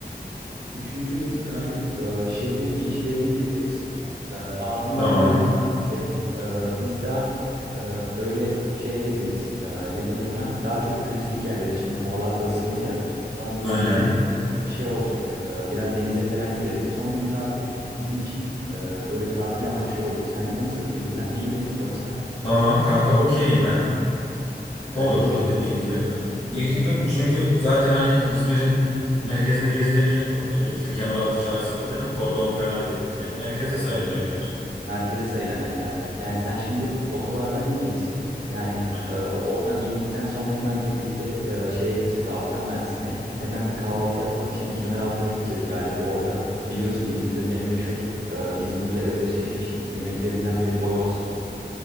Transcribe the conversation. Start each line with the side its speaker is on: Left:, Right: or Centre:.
Right: üçüncü gün Galip e, şehrin ilçelerini gezeriz. E, ardından
Left: Tamam.
Right: dördüncü
Left: Evet.
Right: günde e, biz daha e, böyle şeye gezeriz. E, ne deniyor ona? Daha çok turistik yerleri şimdi havalar da ısındı ya. Bundan dolayı
Left: Aynen.
Right: ee, şey olacak e, biraz denize falan gireriz. Son günde artık bizim için e, böyle tatil amaçlı olur. Sence nasıl bir plan? iyi mi? Yoksa
Left: Tamam kanka okeyim ben.
Right: bence
Left: Olur
Right: de
Left: o
Right: çok
Left: dediğin
Right: güzel
Left: Evet.
Right: olur.
Left: gibi.
Right: Ha,
Left: İlk
Right: Kesinlikle.
Left: iki gün çünkü zaten hani İzmir'in merkezinde gezilecek yer çok diye biliyorum. İşte Kemeraltı Çarşısı var değil mi? Kordon falan.
Right: Evet,
Left: Hep
Right: evet.
Left: merkezde
Right: Evet,
Left: sayılan
Right: evet,
Left: yerler.
Right: kesinlikle. Merkeze sayılan yerler. Yani sen şimdi otogardan ineceksin. Yani
Left: Aynen.
Right: e, o- oradan indikten sonra hemen birlikte e, şeye gideceğiz. Alacağım ben seni. Hemen bir kahvaltı yapmak için Kemeraltı'na gideceğiz Galip. Orada biliyorsun İzmir'in en meşhur e, İzmir'le özdeşleşmiş yemeklerinden biri boyoz.